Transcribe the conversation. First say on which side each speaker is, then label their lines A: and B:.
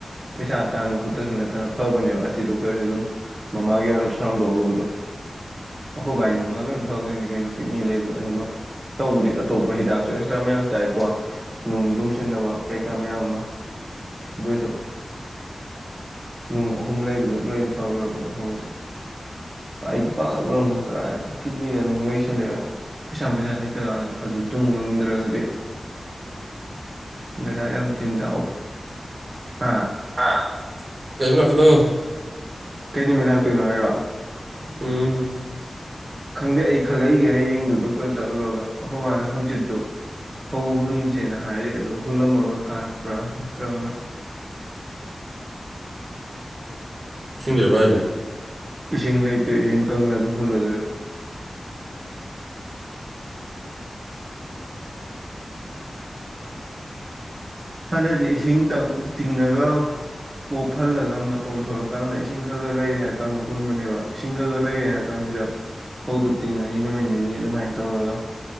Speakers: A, on the right; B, on the right.
A: ꯄꯩꯁꯥ ꯇꯥꯟꯕ ꯈꯛꯇꯁꯨ ꯅꯠꯇꯅ ꯐꯕꯅꯦꯕ ꯑꯁꯤ ꯗꯣꯛꯇꯔꯁꯨ ꯑꯗꯨꯝ ꯃꯃꯥꯒꯤ ꯑꯜꯇ꯭ꯔꯥꯁꯥꯎꯟ ꯂꯧꯔꯨꯕꯗꯣ ꯑꯈꯣꯏ ꯚꯥꯏ ꯅꯨꯡꯒ ꯂꯣꯏꯅ ꯐꯒꯩꯏꯅꯦ ꯀꯩꯅꯣ ꯀꯤꯠꯅꯤ ꯂꯩꯕꯗꯣ ꯑꯅꯤꯃꯛ ꯇꯧꯕꯗꯤ ꯑꯇꯣꯞꯄ ꯍꯤꯗꯥꯛꯁꯨ ꯑꯦꯛꯁꯇ꯭ꯔꯥ ꯃꯌꯥꯝ ꯆꯥꯏꯀꯣ ꯅꯨꯡ ꯇꯨꯡꯁꯤꯟꯅꯕ ꯀꯩꯀꯥ ꯃꯌꯥꯝ ꯑꯃ ꯑꯥꯗꯨ꯭ꯏꯁꯨ꯫ ꯅꯨꯡ ꯑꯍꯨꯝ ꯂꯩꯕꯗꯨ ꯂꯣꯏ ꯐꯈ꯭ꯔꯕꯅꯦ ꯑꯩꯈꯣꯏ ꯕꯥꯗꯣ ꯑꯩꯗꯤ ꯄꯥꯈꯠꯂꯨꯔꯝꯕ ꯀꯔꯥꯏꯅ ꯀꯤꯠꯅꯤꯗ ꯅꯨꯡ ꯂꯩꯁꯤꯜꯂꯒ ꯄꯩꯁꯥꯅ ꯄꯩꯁꯥ ꯂꯩ ꯀꯥꯟꯅ ꯑꯗꯨ ꯇꯨꯝꯕ ꯉꯝꯗ꯭ꯔꯒꯗꯤ꯫ ꯕꯦꯔꯏ ꯌꯥꯝ ꯊꯤ꯭ꯅꯗꯧ ꯍꯥ
B: ꯍꯥ ꯀꯦꯝ ꯂꯥꯀꯗꯣ
A: ꯀꯩ ꯅꯨꯃꯤꯠ ꯂꯥꯛꯇꯣꯏꯅꯣ ꯍꯥꯏꯔꯣ
B: ꯎꯝ
A: ꯈꯪꯗꯦ ꯑꯩ ꯈꯜꯂꯛꯏꯒꯦ ꯍꯌꯦꯡꯗꯨ ꯗꯣꯛꯇꯔ ꯆꯠꯂꯨꯔꯒ ꯑꯩꯈꯣꯏ ꯃꯥꯅ ꯍꯪꯆꯤꯠꯇꯣ ꯄꯧ ꯍꯨꯟꯁꯦꯅ ꯍꯥꯏꯔꯤ ꯑꯗꯣ ꯍꯨꯜꯂꯝꯃꯒ ꯀꯥꯔꯛꯄ꯭ꯔꯥ ꯅꯠꯇ꯭ꯔꯒꯅ
B: ꯏꯁꯤꯡ ꯂꯩꯔꯕ꯭ꯔꯥ ꯍꯥꯏꯁꯦ꯫
A: ꯏꯁꯤꯡ ꯂꯩꯇꯦ ꯏꯁꯤꯡ ꯀꯪꯅ ꯑꯗꯨꯝ ꯍꯨꯜꯂꯗꯣꯏ ꯍꯥꯟꯅꯗꯤ ꯏꯁꯤꯡꯇꯪ ꯀꯪꯂꯒ ꯄꯣꯞ ꯐꯜꯂꯒ ꯃꯇꯣꯟ ꯊꯣꯂꯀꯥꯟꯗ ꯏꯁꯤꯡ ꯈꯔ ꯈꯔ ꯂꯩꯔꯦ ꯍꯥꯏꯔ ꯀꯥꯟꯗ ꯍꯨꯟꯕꯅꯦꯕ ꯏꯁꯤꯡ ꯈꯔ ꯈꯔ ꯂꯩꯔꯦ ꯍꯥꯏꯔ ꯀꯥꯡꯀꯁꯤꯗ ꯐꯧꯗꯨ ꯇꯤꯡꯉꯅꯤ ꯅꯨꯃꯤꯠ ꯅꯤꯅꯤ ꯑꯗꯨꯃꯥꯏꯅ ꯇꯧꯔꯒ